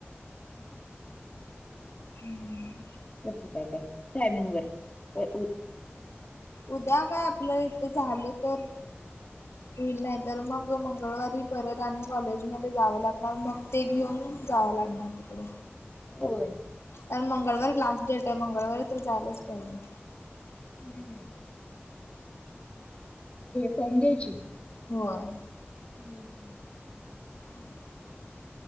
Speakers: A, on the left; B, on the left.
A: <unintelligible>
B: हम्म
A: तस काय-काय टायमिंग वर <unintelligible>
B: उद्या काय आपलं इथं झालं तर
A: <inaudible>
B: होईल नाही तर मग मंगळवारी परत आणि कॉलेजमध्ये जावं लागणार मग ते घेऊन जावं लागणार तिकड.
A: होय.
B: कारण मंगळवारी लास्ट डेट ये, मंगळवारी तर जायलाच पाहिजे.
A: हम्म. <unintelligible> फोन द्यायची.
B: होय.
A: हम् ह.
B: हम्म <unintelligible>